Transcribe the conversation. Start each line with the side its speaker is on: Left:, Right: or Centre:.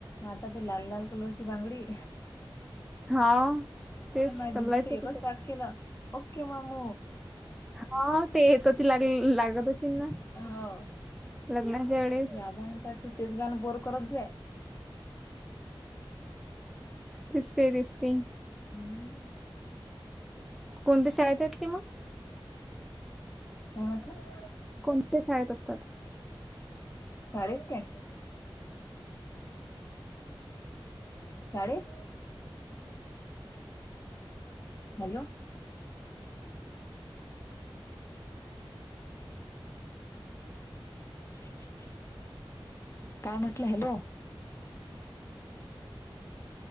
Left: आता ते लाल लाल कलोरची बांगडी.
Centre: हा. तेच
Left: मा
Centre: करायचं
Left: दिदीन तर
Centre: तिथे
Left: हेच वा्ट केलं ओके मम.
Centre: हा ते येतो ती लाग लागतशी ना.
Left: हो
Centre: लग्नाच्या वेळेस
Left: या बणतात तर तेच गाणं बोर करत जा.
Centre: दिसते दिसते.
Left: हम्म.
Centre: कोणत्या शाळेत आहेत ते मग.
Left: का म्हत.
Centre: कोणत्या शाळेत असतात.
Left: शाळेत काय. शाडेत. हॅलो <inaudible> काय म्हटलं हॅलो